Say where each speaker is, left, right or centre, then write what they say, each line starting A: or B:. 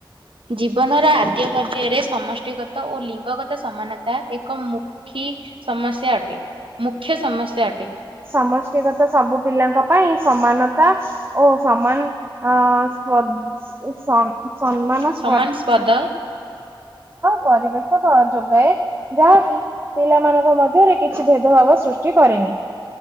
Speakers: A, on the right; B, on the right.
A: ଜୀବନର ଆଦ୍ୟ ପର୍ଯ୍ୟାୟରେ ସମଷ୍ଟିଗତ ଓ ଲିଙ୍ଗଗତ ସମାନତା ଏ ମୁଖୀ ସମସ୍ୟା ଅଟେ ମୁଖ୍ୟ ସମସ୍ୟା ଅଟେ।
B: ସମଷ୍ଟିଗତ ସବୁ ପିଲାଙ୍କ ପାଇଁ ସମାନ ତା ଓ ସମାନ ସ୍ପ ସ୍ପ ସମ୍ମାନ
A: ସମାନ
B: ସ୍ପଟ
A: ସ୍ପଦ
B: ପରିବେଷକ ଯୋଗାଏ ଯାହାକି ପିଲାମାନଙ୍କ ମଧ୍ୟରେ କିଛି ଭେଦଭାବ ସୃଷ୍ଟି କରେନି